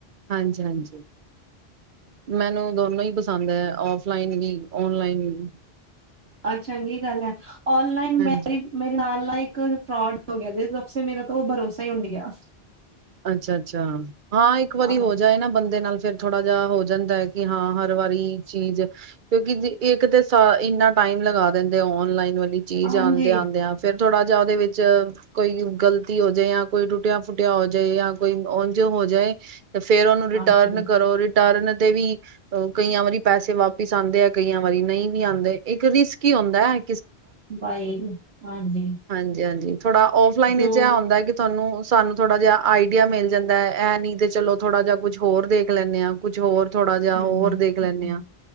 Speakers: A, on the right; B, on the right.
A: ਹਾਂਜੀ ਹਾਂਜੀ, ਮੈਨੂੰ ਦੋਨੋਂ ਈ ਪਸੰਦ ਐ, ਔਫਲਾਈਨ ਵੀ ਔਨਲਾਈਨ ਵੀ।
B: ਅਹ, ਚੰਗੀ ਗੱਲ ਹੈ। ਔਨਲਾਈਨ
A: ਹਾਂਜੀ,
B: ਮੇਰੀ ਮੇਰੇ ਨਾਲ ਨਾ ਇ ਕਲ ਫਰੋਡ ਹੋ ਗਿਆ ਦੇ ਤਬ ਸੇ ਮੇਰਾ ਤੋ ਭਰੋਸਾ ਈ ਉੰਡ ਗਿਆ।
A: ਅੱਛਾ ਅੱਛਾ, ਹਾਂ ਇੱਕ ਵਾਰੀ
B: ਆਹੋ
A: ਹੋ ਜਾਏ ਨਾ ਬੰਦੇ ਨਾਲ ਫਿਰ ਥੋੜਾ ਜਾ ਹੋ ਜਾਂਦੈ, ਕਿ ਹਾਂ ਹਰ ਵਾਰੀ ਚੀਜ਼ ਕਿਉਂਕਿ ਜ ਇੱਕ ਤੇ ਇੰਨਾ ਟਾਈਮ ਲਗਾ ਦਿੰਦੇ ਐ, ਔਨਲਾਈਨ ਵਾਲ ਚੀਜ਼
B: ਹਾਂਜੀ
A: ਆਦੇ ਆਂਦੇਆ ਫੇਰ ਥੋੜਾ ਜਿਹਾ ਉਹਦੇ ਵਿੱਚ ਕੋਈ ਗਲਤੀ ਹੋ ਜੇ, ਜਾਂ ਕੋਈ ਟੁੱਟਿਆ ਫੁੱਟਿਆ ਹੋ ਜੇ ਜਾਂ ਕੋਈ ਉਂਝ ਹੋ ਜਾਏ ਤੇ ਫੇਰ ਉਹਨੂੰ ਰਿਟਰਨ
B: ਹਾਂਜੀ
A: ਕਰੋ ਰਿ ਰਿਟਰਨ ਤੇ ਵੀ ਕਈਆਂ ਵਾਰੀ ਪੈਸੇ ਵਾਪਿਸ ਆਂਦੇ ਆ, ਕਈਆਂ ਵਾਰੀ ਨਈਂ ਵੀ ਆਂਦੇ ਇੱਕ ਰਿਸਕ ਹੀ ਹੁੰਦਾ ਐ
B: ਬਾਈ ਹਾਂਜੀ।
A: ਹਾਂਜੀ-ਹਾਂਜੀ ਥੋੜਾ ਔਫਲਾਈਨ
B: ਜੋ
A: ਇਚ ਇਹ ਹੁੰਦਾ ਕਿ ਤੁਹਾਨੂੰ ਸਾਨ ਥੋੜਾ ਜਿਆ ਆਈਡੀਆ ਮਿਲ ਜਾਂਦਾ ਇਹ ਨਈਂ ਤੇ ਚਲੋ ਥੋੜ੍ਹਾ ਜਿਆ ਕੁਝ ਹੋਰ ਦੇਖ ਲੈਂਣੇ ਆਂ, ਕੁਝ ਹੋਰ ਥੋੜਾ ਜਿਹਾ
B: ਹਮ
A: ਹੋਰ ਦੇਖ ਲੈਂਣੇ
B: ਹਮ
A: ਆਂ,